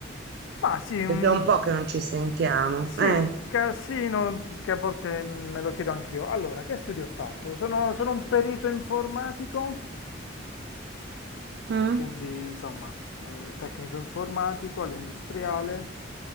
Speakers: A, on the left; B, on the right.
A: Ma sì,
B: Perché
A: un,
B: è un po' che non ci sentiamo.
A: sì,
B: Eh?
A: un casino che a volte me lo chiedo anch'io. Allora, che studio ho fatto? Sono, sono un perito informatico?
B: mm?
A: Quindi, insomma, eh, tecnico informatico all'industriale,